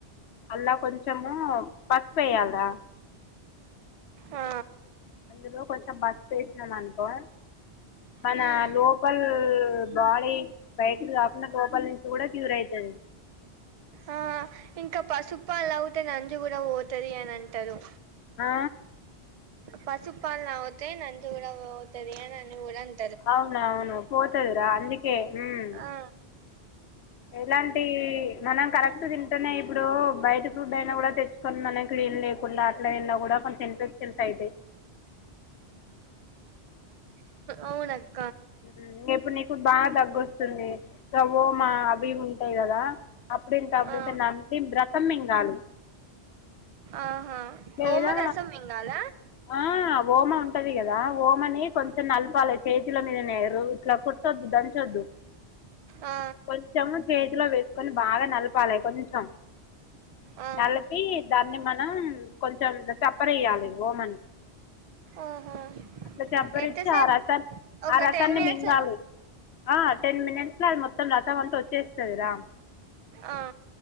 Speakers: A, on the left; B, on the right.
A: అల్ల కొంచమూ. పసుపెయ్యల్రా.
B: ఆ
A: అందులో కొంచెం బస్ స్పేస్ నం అనుకో. మనా
B: మ్
A: లోపల్ బాడీ బయటిది కాకుండా లోపల్ నుంచి కూడా క్యూర్ అయితది.
B: ఆ ఇంకా పసుప్పాల్ తావుతే నంజు కూడా పోతది అని అంటరు.
A: ఆ
B: పసుప్పాల్ తావుతే నంజు కూడ పోతది అని గూడ అన్
A: అవునా అవును పోతదిరా అందుక్ కే. ఉమ్
B: ఆ
A: ఎలాంటీ మనం కరెక్ట్ తింటనే ఇప్ ఇప్పుడూ బయట్ ఫుడ్ అయినా కూడ తెచ్చుకొన్ మన క్లీన్ లేకుండా అట్లే ఉన్నా కూడా కొంచెం ఇన్ఫెక్షన్స్ అయితయి.
B: అవునక్
A: ఉమ్ ఇప్పుడు నీకు బాగ దగ్ గోస్తుందీ వోమా అవి ఇవి ఉంటాయి గదా అప్పుడంత అప్పుడంత
B: ఆ
A: నమిలీ బ్ర మింగాలి
B: ఆహా
A: లేదా
B: ఓమ రసం మింగాల
A: ఆ వోమ్ మ ఉంటది కదా వోమనీ. కొంచెం నల్పాలే చేత్ తుల మీదనే రోట్ల కొట్టొద్దు దంచొద్దు.
B: ఆ
A: కొంచం చేత్ తులో వేసుకొని బాగా నలపాలే కొంచెం.
B: ఆ
A: నలిపీ దాన్ని మన నం కొంచెం ఇట్ల చప్పరియ్యాలే వోమని.
B: ఓహో
A: అట్లా చంపరిచ్చి
B: ఎంతసేపు
A: ఆ రసాన్
B: ఒక
A: ఆ రసాన్ని
B: టెన్ మినిట్స్
A: మింగాలి. ఆ టెన్ మినిట్స్ ల అది మొత్తం రసం అంత వచ్ చేస్తదిరా.
B: ఆ